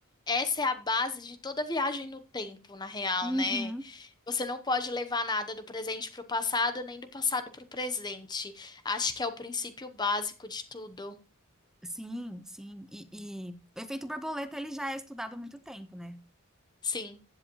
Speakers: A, on the left (about 20°); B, in the centre.
A: essa é a base de toda viagem no tempo, na real,
B: Uhum.
A: né? Você não pode levar nada do presente para o passado, nem do passado para o presente. Acho que é o princípio básico de tudo.
B: Sim, sim. E, e o efeito borboleta ele já é estudado há muito tempo, né?
A: Sim,